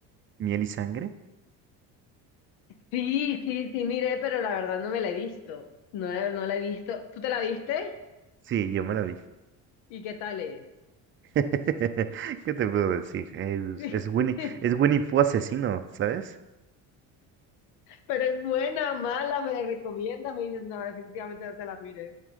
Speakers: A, on the right; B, on the left.
A: Miel y Sangre.
B: Sí, sí, sí, miré, pero la verdad no me la he visto. No, no la he visto. ¿Tú te la viste?
A: Sí, yo me la vi.
B: ¿Y qué tal es?
A: <laughs> ¿Qué te puedo decir? Es,
B: <laughs>
A: es Winnie, es Winnie Pooh asesino, ¿sabes?
B: Pero es buena, mala, me la recomiendas. Me dices, no, definitivamente no te la mires.